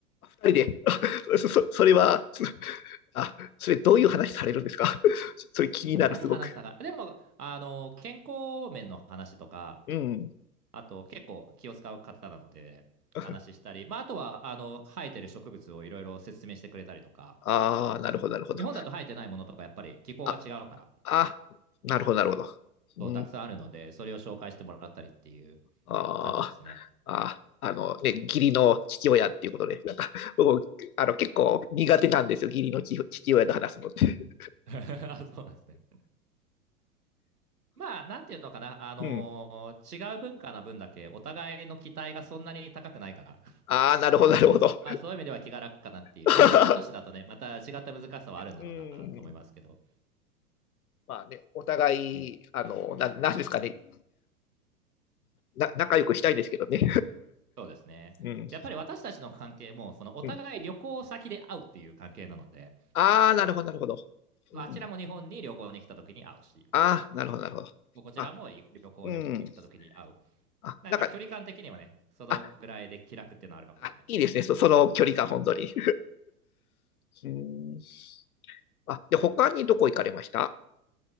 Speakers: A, on the left (about 70°); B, on the right (about 75°).
A: 二人で、<laughs> そ、そそれは、<laughs> あ、それどういう話されるんですか <laughs> それ気になる、
B: <laughs> 何話したか、
A: すごく。
B: でもあの健康面の話とか、
A: うん。
B: あと結構気を使う方なので、
A: <laughs>
B: 話したり、まあ、あとはあの生えてる植物をいろいろ説明してくれたりとか、
A: ああ、なるほど、なるほど。
B: 日本だと生えてないものとか、やっぱり気候が違うから
A: あ、あ、なるほど、なるほど。うん、
B: そう、たくさんあるので、それを紹介してもらったりっていう
A: あーあー、
B: 感じですね。
A: ああのね、義理の父親っていうことで、なんか、僕、あの、結構苦手なんですよ、義理の父父親と話すのって。
B: <laughs> そうなんですね。まあ、なんていうのかな、あのー違う文化な分だけ、
A: うん。
B: お互いの期待がそんなに高くないから、
A: ああ、なるほど、なるほど。
B: まあそういう意味では気が楽かなっていう、
A: <laughs>
B: 日本人同士だとね、また違った難しさはあるんだろうなと思いますけど、
A: うん。まあね、お互い、
B: ね、
A: あの、ななんですかねな、仲良くしたいんですけどね。
B: そうですね。
A: <laughs> うん。
B: でやっぱり私たちの関係も、そのお互い旅行先で会うっていう関係なので、
A: うん、ああ、なるほど、なるほど。
B: まああちらも日本に旅行に来た時に会うし、
A: うん。ああ、なるほど、なるほど。
B: こちらも旅行に行った時に会う。
A: あ、うん。あ、
B: なんか距離感的にはね、
A: なんか、
B: そのぐらいで気楽っていうのはあるかもしれないです。
A: あ、あいいですね、そその距離感、本当に。<laughs> うん。あ、で、他にどこ行かれました